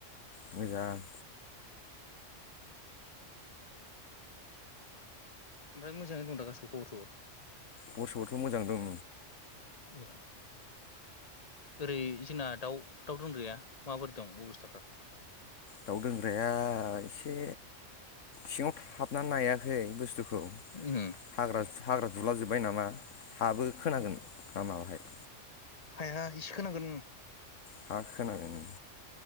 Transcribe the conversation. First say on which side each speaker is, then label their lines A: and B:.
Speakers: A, on the left; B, on the left.
A: मोजां।
B: ओमफ्राय मोजाङै दं दा गासिबो खबर सबर।
A: बस'आथ' मोजां दं।।
B: ए ओरै जोंना दाउ दाउ दोनग्राया माबोरै दं अबस्थाफ्रा?
A: दाउ दोनग्राया एसे सिङाव थाबनानै नायाखै बुस्थुखौ खौ
B: उम
A: हाग्रा हाग्रा दुलाजोब्बाय नामा हाबो खोनागोन ना माबाहाय।
B: हाया इसे खोनांगोन ओम।
A: हा होनांगोन।